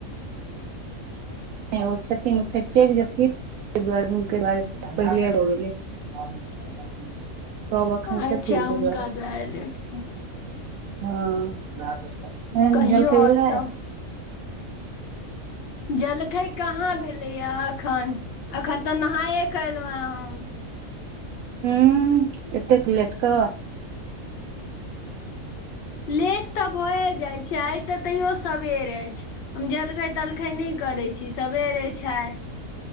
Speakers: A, on the right (about 90°); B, on the left (about 60°).
A: ओ छथिन ओ फेर चलि जेथिन ताहि दुआरे ह बारे पहिले भ गेलै आ क <unintelligible> सब अखन
B: अच्छा
A: छथिन
B: हुनका
A: तै दुआरे
B: लेट भऽ
A: हँ तेहन
B: कहियौ
A: जलखै
B: आओर
A: भेलै
B: सब जलखै काहाँ भेलैया एखन अखन तऽ नहाये क एलहुं हे हम
A: ऊं एतेक लेट क
B: लेट तऽ भए जाइ छै आइ तऽ तैयो सबेर अछि हम जलखै तलखै नहि करै छी सवेरे छै